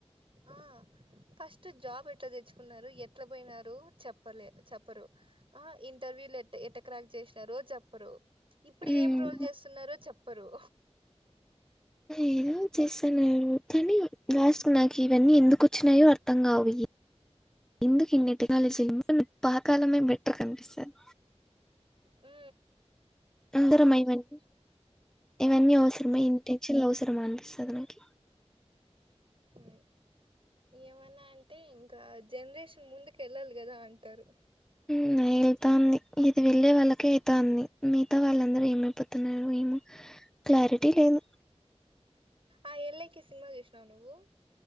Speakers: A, on the right (about 50°); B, in the centre.
A: ఆ ఫస్టు జాబ్ ఎట్లా తెచ్చుకున్నారు ఎట్లా పొయినారు చెప్పలే చెప్పరు. ఆ ఇంటర్వూల్ ఎట్ ఎట్టా క్రాగ్ చేశినరో చెప్పరు ఇప్పుడు
B: ఉమ్
A: ఏం రోల్ చేస్తున్నారో చెప్పరు.
B: ఏదో చేస్తున్నారు కానీ లాస్ట్ నాకు ఇవన్నీ ఎందుకు వచ్చినాయో అర్థం కావు ఇయి. ఎందుకు ఇన్ని టెక్నాలజీలు <inaudible> పాకాలమే బెటర్గ అనిపిస్తది.
A: ఊ
B: అందరమై ఇవన్నీ ఇవన్నీ అవసరమా ఇన్ని టెన్షన్లు అవసరమా అనిపిస్తది నాకీ.
A: ఉ ఏమన్నా అంటే ఇంకా జనరేషన్ ముందుకు ఎళ్ళాలి గదా అంటారు.
B: ఉమ్ వెళ్తాంది ఇది వెళ్ళే వాళ్ళకే అయితాంది మిగతా వాళ్ళందరూ ఏమైపోతున్నారో ఏమో. క్లారిటీ లేను
A: ఆ ఎల్లేకి సినిమా చూశినావా నువ్వూ